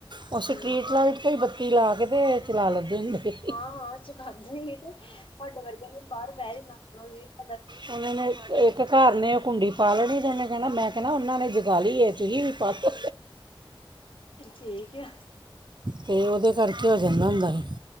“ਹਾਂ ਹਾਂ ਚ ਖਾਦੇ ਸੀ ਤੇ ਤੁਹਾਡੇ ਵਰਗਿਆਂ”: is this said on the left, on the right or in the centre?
Left